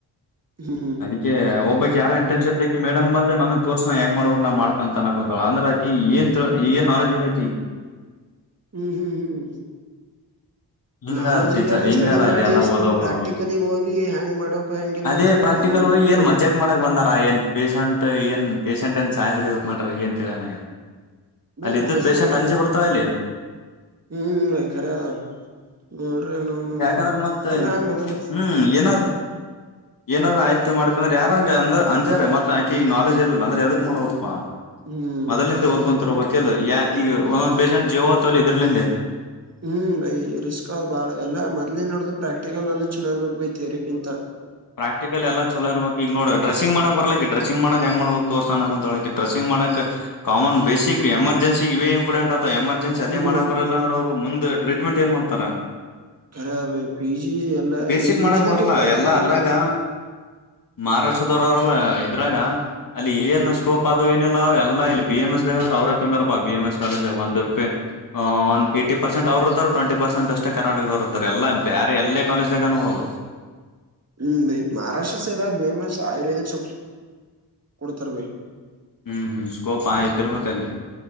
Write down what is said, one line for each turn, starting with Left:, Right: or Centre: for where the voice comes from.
Right: ಹ್ಮ್ ಹ್ಮ್
Left: ಅದಕ್ಕೆ ಒಬ್ಬ ಯಾರ ಇಂಟನ್ ಮಡಮ್ ಬಂದ ನನಗ್ ತೋರ್ಸ ಹೆಂಗ್ ಮಾಡಬೇಕಕ್ ನ ಮಾಡ್ತ ಅಂತ ಅಕಂತ ಅಂದ್ರ ಏನ್ ಏನ್ ನಾಲೆಜ್ ಎಲ್ಲ ಐತಿ ಈಗ
Right: ಹ್ಮ್ ಹ್ಮ್ ಹ್ಮ್ ಹ್ಮ್
Left: ಹಿಂಗಾರ
Right: ನಾಲೆಜ್
Left: ಟೀಚರ್
Right: ಎಲ್ಲಾರ್ದ
Left: ಹಿಂಗಾರ
Right: ಸ್ಟಡಿ
Left: ಅಲ್ಲಿ
Right: ಮಾಡಿ
Left: ಎಲ್ಲ
Right: ಸುಮ್
Left: ಓದ ಹೊಡರು
Right: ಪ್ರಾಕ್ಟಿಕಲಿಗ್ ಹೋಗಿ ಹೆಂಗ್ ಮಾಡ್ಬೇಕು ಹೆಂಗಿಲ್ಲ
Left: ಅದೇ
Right: ಅಂತೇಳಿ
Left: ಪ್ರಾಕ್ಟ
Right: ಅವ್ನ ಬಗ್ಗೆ
Left: ಈ
Right: ಕೇಳಿ
Left: ಏನ್ ಮಜಾಕ್ ಮಾಡಕ್ ಬಂದಾರ ಏನ್ ಪೇೇಶಂಟ್ ಏನ್ ಪೇಶಂಟ್ಏನ್ ಸಾಯ್ ಹೊಡಿ ಹೋಗಕ್ ಮಾಡ್ರ ಏನ್ಂತ ಹೇಳ ನನಗೆ
Right: ಬೈ
Left: ಅಲ್ಲ
Right: ರಾಜೇಶ್
Left: ಇದು ಪೇಶ್ಯಂಟ್
Right: ಬಗ್ಗೆ
Left: ಅಂಚು ಕೊಡ್ತಾವಲ್ಲೇ
Right: ಹ್ಮ್ ಬೈ ಖರೆ ಅದ ನೋಡ್ರಿ ನೌನು
Left: ಯಾಕಂದ್ರೆ ಮತ್ತೆ
Right: ಎಲ್ಲಾ ಮೊದಲ
Left: ಹ್ಮ್ ಏನಾರ ಏನಾದ್ರ ಆಯ್ತ ಮಾಡಿ ಅಂದ್ರ ಯಾರಂಜ ಅಂದ ಅಂಜಾರ ಮತ್ತೆ ಆಕಿಗ ನಾಲೆಜ್ ಇರ್ಲ ಅಂದ್ರೆ ಅದಕ್ ಮಾಡ ಹೋಗಕ್ವಾ
Right: ಹ್ಮ್
Left: ಮೊದ್ಲಿಂದ
Right: ಕರೆಕ್ಟ್
Left: ಓದ್ಕೊಂತರಬೇಕಲ್ ಯ ಈಗ ಒಂದೊಂದ್ ಪೇಶೆಂಟ್ ಜೀವತಲ್ಲಿ ಇದ್ರಲಂದೆ
Right: ಹ್ಮ್ ಬೈ ರಿಸ್ಕ್ ಬಾಳ ಅಲ್ಲ ಮೊ್ಲಿನ್ ನೋಡ ಪ್ರಾಕ್ಟಿಕಲ್ ನಲ್ಲಿ ಚಲ ಇರ್ಬೇಕಕ್ ಬೈ ತೇರಿಕಿಂತ
Left: ಪ್ರಾಕ್ಟಿಕಲ್ ಎಲ್ಲ ಚಲೋ ಇರ್ಬೇಕಕ್ಗ ನೋಡ್ರಸಿಂಗ್ ಮಾಡಕ್ ಬರ್ಲಿಕ ಡ್ರಸಿಂಗ್ ಮಾಡಕ್ ಹೆಂಗ್ ಮಾಡಬೇಕ ತೋರ್ಸಾನಕ್ ಅಂತಕಿ ಡ್ರೆಸಿಂಗ್ ಮಾಡಕಕ್ ಕಾಮನ್ ಬೇಸಕ್ ಎಮರ್ಜೆನ್ ಇ ಇಂಪಾರ್ಟೆಂಟ್ ಆತವಾ ಎಮರ್ಜೆನ್ ಅ
Right: ಹ್ಮ್
Left: ಮಾಡಕ್ ಬರಲ್ಲ ಅಂದ್ರೆ ಅವರು ಮುಂದ ಟ್ರೀಟ್ಮೆಂಟ್ ಏನ್ ಮಾಡ್ತಾರ
Right: ರ ಪಿ ಜಿ ಎಲ್ಲನ್
Left: ಬೇಸಿಕ್
Right: ಯು
Left: ಮಾಡಕ್
Right: ಜಿದಾಗೆ
Left: ಬರ್ಲಾ
Right: ಪ್ರಾಕ್ಟಿಕಲ್.
Left: ಎಲ್ಲಾ ಅದ್ರಾಗ ಮಹಾರಾಷ್ಟ್ರದವರಲ್ಲ ಇದ್ರಾಗ ಅಲ್ಲಿ ಏನ್
Right: ಹ್ಮ್
Left: ಸ್ಕೋಪ್ ಆದದು. ಎಲ್ಲ ಇಲ್ಲಿ ಬಿ ಎಂ ಎಸ್ಗ ಅಂದ್ರ ಅವ್ರರು ತಂಬರಪ್ಪ ಬಿ ಎಂ ಎಸ್ ಕಾಲೇಜಾಗ ಒಂದ್. ಹ ಒ ಏಟಿ ಪರ್ಸೆಂಟ್ ಅವರರ್ರೆ ಟ್ವೆಂಟಿ ಪರ್ಸೆಟ್ ಅಷ್ಟ ಕರ್ನಾಟಕದವರುರ್ರೆ ಎಲ್ಲ ಬ ಎಲ್ಲೇ ಕಾಲೇಜ್ದಾಗ ನ ಹೋಗ
Right: ಹ್ಮ್ ಭ್ ಮಹಾರಾಷ್ಟ್ರ ಸದ ಬೇಮಸ್ ಆಯುರ್ವೇದಿಕ್ ಕೊಡ್ತಾರೆ ಭೈ
Left: ಹ್ಮ್ ಹ್ಮ್ ಸ್ಕೋಪ್ ಆ ಇದ್ರ ಮಕ್ಕಲ್ಲಿ